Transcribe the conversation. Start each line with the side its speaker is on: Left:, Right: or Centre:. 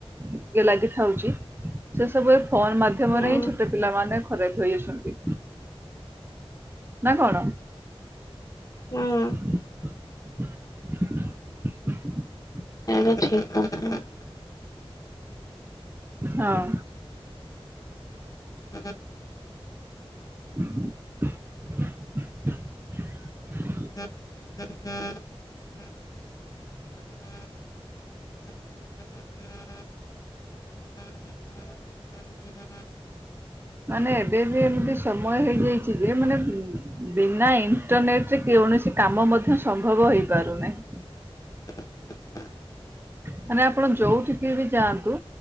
Right: ଇଏ ଲାଗିଥାଉଚି ସେ ସବୁ ଏ। ଫୋନ୍ ମାଧ୍ୟମରେ
Left: ହୁଁ
Right: ହିଁ ଛୋଟ ପିଲାମାନେ। ଖରାପ୍ ହେଇ ଯାଉଛନ୍ତି ନା କଣ?
Left: ହୁଁ
Right: <inaudible>
Left: ଏଇଟା ଠିକ୍ କଥା।
Right: ହଁ।
Left: <inaudible>
Right: <inaudible>
Left: <inaudible> <inaudible> <inaudible>
Right: ମାନେ ଏବେ ବି ଏମିତି ସମୟ ହେଇଯାଇଛି। ମାନେ ବିନା ଇଣ୍ଟରନେଟରେ କୌଣସି କାମ ମଧ୍ୟ ସମ୍ଭବ ହେଇପାରୁନାହିଁ।
Left: <inaudible>
Right: ମାନେ ଆପଣ ଯୋଉଠିକି ବି ଯାଆନ୍ତୁ